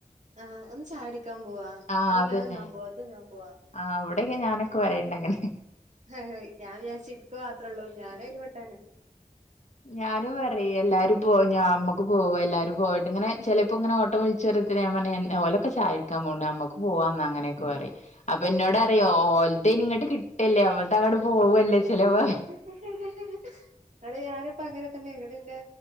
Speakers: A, on the right (about 55°); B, on the left (about 55°).
A: ആഹ് ഒന്ന് ചായ കുടിക്കാൻ പോവാ
B: ആഹ്
A: അല്ലെങ്കിൽ
B: അതന്നെ
A: അത് തിന്നാൻ പോവാ ഇത് തിന്നാൻ പോവാ
B: ആഹ് അവിടക്കെ ഞാനൊക്കെ വരയണ്ട് അങ്ങനെ
A: ആ ഞാൻവിചാരിച്ച് എനിക്ക് മാത്രേ ഉള്ളൂന്ന് ഞാനും അതിൽ പെട്ടാണ
B: ഞാനും പറയും എല്ലാരും പോയ് ഞാ അമ്മക്കും പോകാം എല്ലാരും പോയിട്ട് ഇങ്ങനെ ചിലപ്പോ ഇങ്ങനെ ഓട്ടംളിച്ച ചുരത്തിന് നപറഞ്ഞു ലൊക്കെ ചായ കുടിക്കാൻ പോവുട്ട് നമുക്ക് പോകാം എന്ന അങ്ങനൊക്കെ പറയും അപ്പൊ എന്നോട് അറിയോ ഓലത് ഇങ്ങോട്ട് കിട്ടല്ലേ നമ്മൾ അങ്ങോട് പോവല്ലേ ചെലപ്പോ
A: <unintelligible> ഇങ്ങട് ഞാനിപ്പ അങ്ങനെ തന്നെ ഇവിടിന്റെ